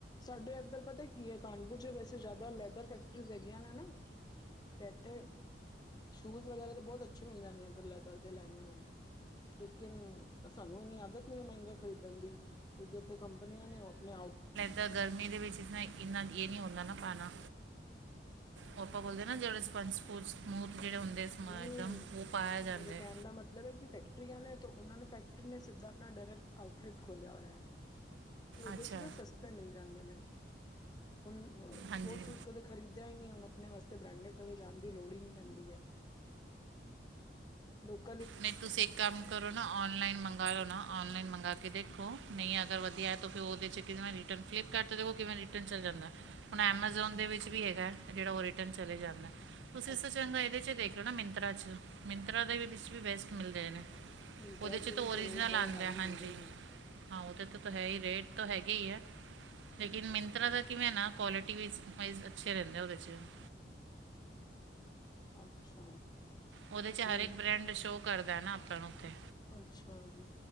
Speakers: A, on the left; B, on the right.
A: ਸਾਡੇ ਏਧਰ ਪਤਾ ਕੀ ਹੈ ਕਾਨਪੁਰ 'ਚ ਵੈਸੇ। ਉੱਧਰ ਜ਼ਿਆਦਾ ਲੈਦਰ ਫੈਕਟਰੀਜ਼ ਹੈਗੀਆਂ ਨੇ ਨਾ ਤੇ ਇੱਥੇ ਸ਼ੂਜ਼ ਵਗੈਰਾ। ਬਹੁਤ ਅੱਛੀਆਂ ਮਿਲ ਜਾਂਦੇਆਂ ਗੱਲੈਦਰ ਦੇ ਲੈਣੇ ਹੋਣ। ਲੇਕਿਨ ਸਾਨੂੰ ਇੰਨੀ ਆਦਤ ਨਹੀਂ ਹੈ ਮਹਿੰਗਾ ਖਰੀਦਣ ਦੀ ਕਿਉਂਕਿ ਇੱਥੇ ਕੰਪਨੀਆਂ ਨੇ ਉਹ ਵੀ।
B: ਤਾਂ ਗਰਮੀ ਦੇ ਵਿੱਚ ਇੰਨਾ ਇਹ ਨਹੀਂ ਹੁੰਦਾ ਨਾ ਖਾਣਾ ਉਹ ਆਪਾਂ ਬੋਲਦੇ ਨਾ ਜਿਹੜੇ ਸਪੰਸ ਸਪੁੰਸ ਜਿਹੜੇ ਹੁੰਦੇ ਸਮ-
A: ਨਹੀਂ
B: ਇੱਕਦਮ ਉਹ ਪਾਇਆ ਜਾਂਦਾ
A: ਮੇਰੇ ਕਹਿਣ
B: ਹੈ।
A: ਦਾ ਮਤਲਬ। ਮਤਲਬ ਇਹ ਕਿ ਫੈਕਟਰੀਆਂ ਨੇ ਤਾਂ ਉਹਨਾਂ ਨੇ ਫੈਕਟਰੀ ਨੇ ਸਿੱਧਾ ਆਪਣਾ ਡਾਇੈਕਟ ਆਊਟਲੈਟ ਖੋਲਿਆ ਹੋਇਆ। ਤੇ ਉਹਦੇ
B: ਅੱਛਾ
A: ਚ ਨਾ ਸਸਤੇ ਮਿਲ ਜਾਂਦੇ ਨੇਗੇ ਹੁਣ ਅ ਸਪੋਰਟ
B: ਹਾਂਜੀ
A: ਸ਼ੂਟ ਕਦੇ। ਖ਼ਰੀਦਿਆ ਹੀ ਨਹੀਂ ਹੁਣ ਆਪਣੇ ਵਾਸਤੇ ਬ੍ਰਾਂਡਡ ਕਦੇ ਜਾਣ ਦੀ ਲੋੜ ਹੀ ਨਹੀਂ ਪੈਂਦੀ ਹੈ ਲੋਕ
B: ਫੇਰ ਤੁਸੀਂ ਕੰਮ। ਕਰੋ ਨਾ ਔਨਲਾਈਨ ਮੰਗਾਵਾ ਲਉ ਨਾ ਔਨਲਾਈਨ ਮੰਗਾਵਾ ਕੇ ਦੇਖੋ ਨਹੀਂ ਅਗਰ ਵਧੀਆ ਤਾਂ ਫਿਰ ਉਹਦੇ 'ਚ ਕਿਸਤੇ ਨਾ ਰਿਟਰਨ ਫਲਿੱਪਕਾਰਟ ਤੋਂ ਉਹ ਕਿਵੇਂ ਰਿਟਰਨ ਚੱਲ ਜਾਂਦਾ ਹੈ। ਹੁਣ ਐਮਾਜ਼ੋਨ ਦੇ ਵਿੱਚ ਵੀ ਹੈਗਾ ਜਿਹੜਾ ਉਹ ਰਿਟਰਨ ਚਲੇ ਜਾਂਦਾ ਤੁਸੀਂ
A: ਅੱਛਾ।
B: ਸੋ ਚੰਗਾ ਇਹਦੇ ' ਦੇਖ ਲਿਓ ਨਾ ਮਿੰਤਰਾ 'ਚ ਮਿੰਤਰਾ ਦੇ ਵਿੱਚ ਵੀ ਬੈਸਟ ਮਿਲਦੇ ਨੇ।
A: ਮਿੰਤਰਾ
B: ਉਹਦੇ ਚ
A: ਵੀ
B: ਤਾਂ ਓਰੀਜਨਲ
A: ਤੇ ਰੇਟ ਬੜੇ
B: ਆਂਦਾ
A: ਹਾਈ
B: ਹਾਂਜੀ
A: ਹੁੰਦੇ ਆ
B: ਹਾਂ ਉਦੇ ਤੋਂ ਤਾਂ ਹੈ ਹੀ ਰੇਟ ਤਾਂ ਹੈਗੇ ਹੀ ਹੈ ਲੇਕਿਨ ਮਿੰਤਰਾ ਦਾ ਕਿਵੇਂ ਨਾ ਕੁਆਲਿਟੀ ਵੀ ਅੱਛੇ ਰਹਿੰਦੇ ਆ ਉਹਦੇ '
A: ਅੱਛਾ
B: ਉਹਦੇ
A: ਹੂੰ।
B: ਚ ਹਰ ਇੱਕ ਬ੍ਰੈਂਡ ਸ਼ੋਅ ਕਰਦਾ ਨਾ ਆਪਾਂ ਨੂੰ ਉੱਥੇ
A: ਅੱਛਾ ਜੀ